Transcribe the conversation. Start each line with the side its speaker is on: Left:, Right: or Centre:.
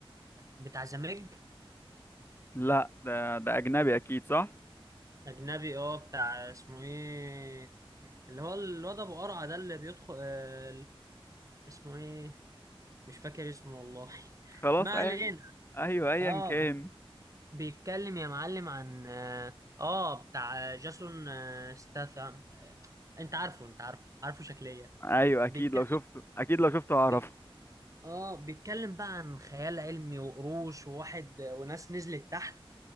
Right: بتاع زمج
Left: لا ده ده اجنبي اكيد صح
Right: أجنبي اه بتاع اسمه ايه اللي هو الواد أبو قرعة ده اللي بيدخل آه، اسمه ايه مش فاكر اسمه والله <laughs>
Left: خلاص
Right: ما
Left: أي...
Right: علينا
Left: ايوه ايا
Right: اه
Left: كان
Right: بيتكلم يا معلم عن اه آه، بتاع جاسون آه، ستاثام آه، انت عارفه انت عارفه عارفه شكليا
Left: ايوه اكيد
Right: بيتكلم
Left: لو شفته اكيد لو شفته هعرفه
Right: بي- اه بيتكلم بقى عن خيال علمي وقروش وواحد آه، وناس نزلت تحت